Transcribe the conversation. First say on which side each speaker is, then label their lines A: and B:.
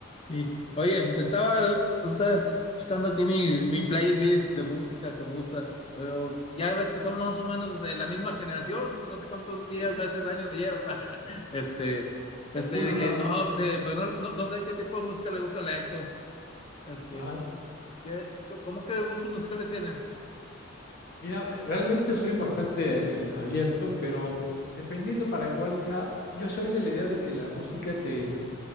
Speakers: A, on the left; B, on the left.
A: Y, oye, estaba ustedes checando aquí mi, mi playlist de música que me gusta. pero ya ves que somos más o menos de la misma generación, no sé cuántos días,
B: Sí,
A: meses, años me llevas. <laughs> Este, este,
B: uno
A: dije,
B: nada
A: no,
B: más.
A: pues, eh, pues no, no, no sé qué tipo de música le gusta a la Héctor. Este,
B: Ajá.
A: ¿qué, cómo qué gustos musicales tienes?
B: Mira, realmente soy bastante eh, abierto, pero dependiendo para cuál sea, yo soy de la idea de que la música te,